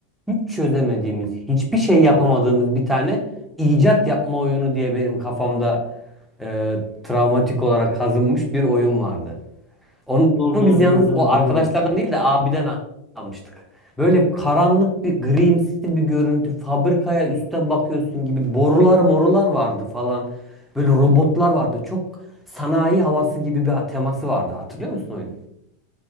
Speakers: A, in the centre; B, on the left.
A: hiç çözemediğimiz, hiçbir şey yapamadığımız bir tane icat yapma oyunu diye benim kafamda e, travmatik olarak kazınmış bir oyun vardı. Onu
B: Dur
A: biz
B: dur
A: yalnız
B: dur dur
A: o arkadaşlardan
B: dur.
A: değil de abiden almıştık. Böyle karanlık bir grimsi bir görüntü, fabrikaya üstten bakıyorsun gibi borular morular vardı falan. Böyle robotlar vardı. Çok sanayi havası gibi bir teması vardı. Hatırlıyor musun oyunu?